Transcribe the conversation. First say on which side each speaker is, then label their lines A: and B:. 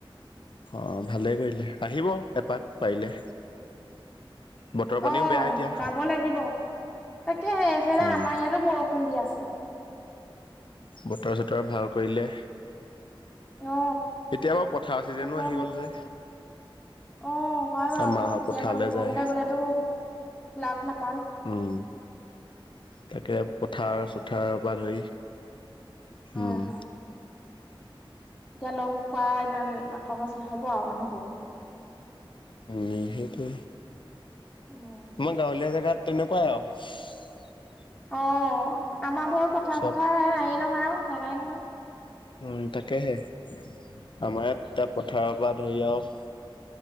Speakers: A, on the left (about 65°); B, on the left (about 15°).
A: অ ভালে কৰিলে আহিব এপাক পাৰিলে। বতৰ পানীও
B: অহ
A: বেয়া এতিয়া।
B: যাব লাগিব। তাকেফালে
A: উম
B: আমাৰ ইয়াতো বৰষুণ দি আছে।
A: বতৰ চতৰ ভাল কৰিলে।
B: অ
A: এতিয়া বাৰু পথাৰ চিজনো
B: বতৰ
A: আহি
B: ভাল
A: গ'ল যে।
B: অ হয় বাৰু
A: আৰু মাহত
B: এতিয়া
A: পথাৰলৈ
B: মানুহবোৰ
A: যায়
B: ঘৰলে গ'লেতো। লাখ লাখ।
A: উম তাকে
B: পথাৰলৈ
A: পথাৰ চথাৰৰ
B: যোৱা
A: পৰা ধৰি
B: হয়
A: উম
B: হয় এতিয়া লগ পোৱা ইমান সহজ নহব আৰু মানুহবোৰ
A: নিহেতে
B: <inaudible>
A: মই গাঁৱলীয়া জেগাত তেনেকুৱাই আৰু
B: অ আমাৰ পথাৰ
A: চব
B: চথাৰ আহি <unintelligible> ও জানাই নহয়
A: উ তাকেহে আমাৰ ইয়াত এতিয়া পথাৰৰ পৰা দ অফ